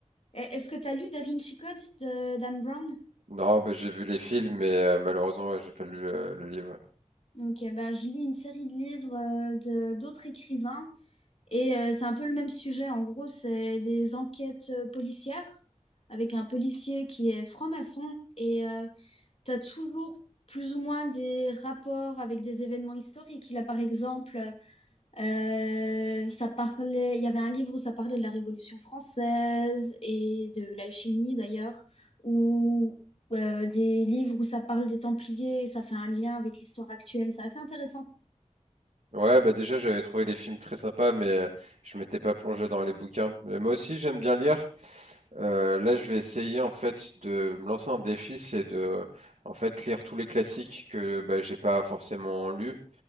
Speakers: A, on the left; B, on the right.
A: Eh, Est-ce que tu as lu Da Vinci Code de Dan Brown?
B: Non, bah, j'ai vu les films, mais euh, malheureusement, ouais, j'ai pas lu euh, le livre.
A: Ok, bah, je lis une série de livres euh, de d'autres écrivains. Et euh, c'est un peu le même sujet. En gros, c'est des enquêtes euh, policières avec un policier qui est franc-maçon. Et euh, tu as toujours plus ou moins des rapports avec des événements historiques. Il a par exemple, euh, ça parlait, il y avait un livre où ça parlait de la Révolution française et de l'alchimie d'ailleurs, ou euh, des livres où ça parle des Templiers, ça fait un lien avec l'histoire actuelle, c'est assez intéressant.
B: Ouais, Ouais, bah déjà, j'avais trouvé les films très sympas, mais euh, je m'étais pas plongé dans les bouquins. Mais moi aussi, j'aime bien lire. Euh, là, je vais essayer en fait de me lancer un défi, c'est de en fait lire tous les classiques que bah, j'ai pas forcément lus,